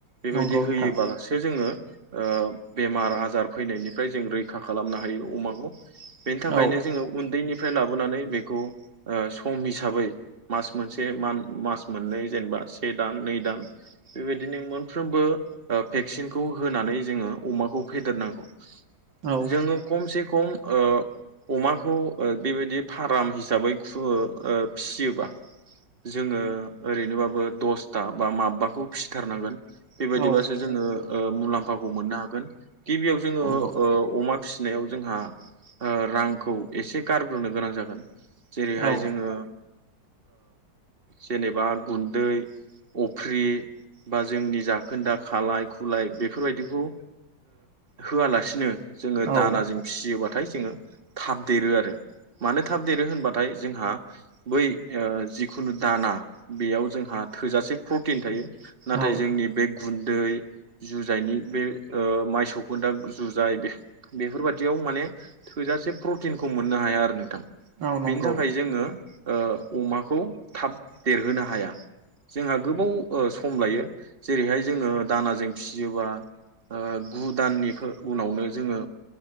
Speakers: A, on the right; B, on the right.
A: बेबायदि
B: नंगौ नोंथां
A: होयोब्लालासो जोङो बेमार आजार फैनायनिफ्राय जों रैखा खालामनो हायो अमाखौ। बेनि थाखायनो
B: औ
A: जोङो उन्दैनिफ्राय लाबोनानै बेखौ सम हिसाबै मास मोनसे मास मोननै जेनेबा से दान नै दान। बेबायदिनो मोनफ्रोमबो भेक्सिनखौ होनानै जोङो अमाखौ फेदेरनांगौ।
B: औ
A: जोङो खमसे खम ओ अमाखौ ओ बेबायदि फार्म हिसाबै फिसियोबा। जोङो ओरैनोबाबो दसथा बा माबबाखौ फिसिथारनांगोन। बेबायदिबासो
B: औ
A: जोङो मुलाम्फाखौ मोननो हागोन गिबियाव जोङो
B: नंगौ
A: अमा फिसिनायाव जोंहा रांखौ एसे गारग्रोनो गोनां जागोन। जेरैहाय
B: औ
A: जोङो जेनेबा गुन्दै अख्रि बा जोंनि जाखोन्दा खालाय खुलाय बेफोरबायदिखौ होआलासिनो जोङो
B: औ
A: दानाजों फियोबाथाय जोङो थाबदेरो आरो मानो थाबदेरो होनबा नाथाय जोंहा बै जिखुनु दाना बेयाव जोंहा थोजासे प्रटिन थायो। नाथाय
B: औ
A: जोंनि बे गुन्दै, जुजायनि बे मायसौखौ दा जुजाय बेफोरबायाददियाव माने थोजासे प्रटिनखौ मोननो हाया आरो नोंथां
B: औ नंगौ
A: बेनि थाखाय जोङो अमाखौ थाब देरहोनो हाया। जोंहा गोबाव सम लायो जेरैहाय जोङो दानाजों फिसियोबा गु दाननि उनावनो जोङो